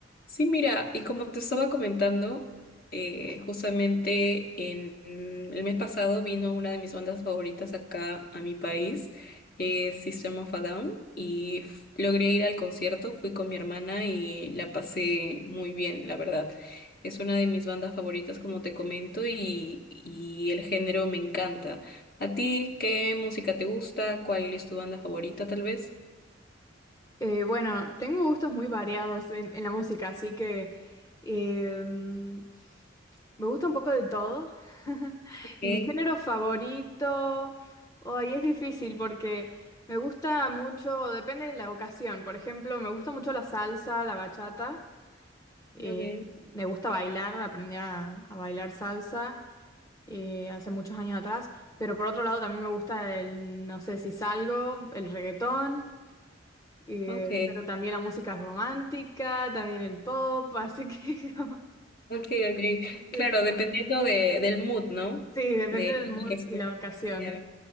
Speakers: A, on the left; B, on the left.
A: Sí, mira, y como te estaba comentando, eh, justamente en mm, el mes pasado vino una de mis bandas favoritas acá a mi país, que es System of a Down, y f- logré ir al concierto, fui con mi hermana y la pasé muy bien, la verdad. Es una de mis bandas favoritas, como te comento, y, y el género me encanta. ¿A ti qué música te gusta? ¿Cuál es tu banda favorita, tal vez?
B: Eh, bueno, tengo gustos muy variados en, en la música, así que eh, me gusta un poco de todo. <laughs>
A: Okay,
B: Mi género favorito, hoy es difícil porque me gusta mucho, depende de la ocasión. Por ejemplo, me gusta mucho la salsa, la bachata. eh,
A: okay,
B: me gusta bailar, aprendí a, a bailar salsa eh, hace muchos años atrás. Pero por otro lado también me gusta el, no sé si salgo, el reggaetón. Eh,
A: ok.
B: pero también la música romántica, también el pop, así que <laughs> como
A: Ok, ok.
B: de
A: Claro,
B: todo.
A: dependiendo de, del mood, ¿no?
B: Sí, depende
A: De en
B: del mood
A: el que esté.
B: y la ocasión.
A: Claro.